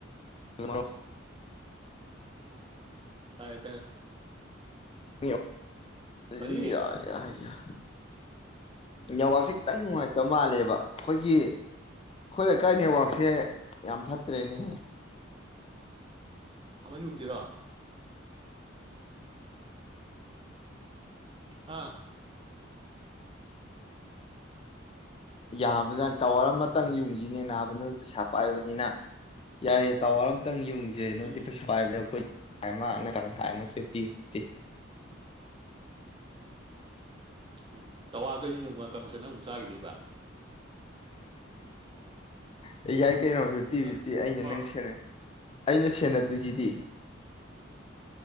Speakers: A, on the left; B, on the right.
A: ꯑꯗꯨ
B: ꯇꯥꯌꯦ ꯇꯥꯌꯦ꯫
A: ꯀ꯫ <unintelligible>
B: ꯀꯔꯤ
A: ꯌꯥ ꯌꯥ ꯌꯥ ꯌꯥꯝ ꯅꯦꯇꯥꯑꯣꯔꯀ ꯁꯤ꯫ ꯈꯤꯇꯪ ꯅꯨꯡꯉꯥꯏꯇꯕ ꯃꯥꯜꯂꯦꯕ ꯑꯩꯈꯣꯏꯒꯤ ꯑꯩꯈꯣꯏ ꯂꯩꯀꯥꯏ ꯅꯦꯠꯋꯥꯛꯁꯦ ꯌꯥꯝ ꯐꯠꯇ꯭ꯔꯦꯅꯦꯍꯦ꯫
B: ꯑꯃ ꯌꯨꯡꯖꯤꯔꯣ꯫ ꯍꯥꯥ꯫
A: ꯌꯥꯕꯖꯥ ꯇꯥꯋꯔ ꯑꯃꯇꯪ ꯌꯨꯡꯁꯤꯅꯦ ꯅꯥꯕ ꯅꯣꯏ ꯄꯩꯁꯥ ꯄꯥꯏꯕꯅꯤꯅ ꯌꯥꯏꯦ ꯇꯥꯋꯥꯔ ꯑꯃ꯫ ꯈꯤꯇꯪ ꯌꯨꯡꯁꯦ
B: ꯎꯝ
A: ꯅꯣꯏꯗꯤ ꯄꯩꯁꯥ ꯄꯥꯏꯕꯅꯦ ꯑꯩꯈꯣꯏ꯫ ꯍꯥꯏꯃ ꯅꯠꯇ ꯍꯥꯏꯃ ꯐꯤꯐꯇꯤ ꯐꯤꯐꯇꯤ꯫
B: ꯎꯝ ꯇꯋꯥꯗꯣꯏꯅꯤ ꯌꯡꯉ ꯀꯝꯃꯤꯁꯟꯗ ꯑꯃꯨꯛ ꯆꯥꯈꯤꯗꯣꯏꯕ꯫
A: ꯌꯥ ꯌꯥꯏ꯫ ꯀꯩꯅꯣ ꯐꯤꯐꯇꯤ
B: ꯅꯪ
A: ꯐꯤꯐꯇꯤ
B: ꯏꯕꯨꯡꯉꯣ
A: ꯑꯩꯅ ꯅꯪ ꯁꯦꯅꯩ꯫ ꯑꯩꯅ ꯁꯦꯟꯅꯗꯣꯏꯁꯤꯗꯤ꯫